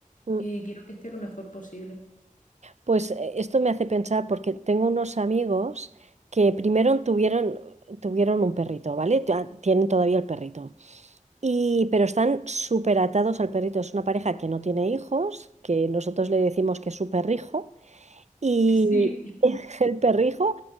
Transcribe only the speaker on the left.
y quiero que esté lo mejor posible. <laughs>
Sí.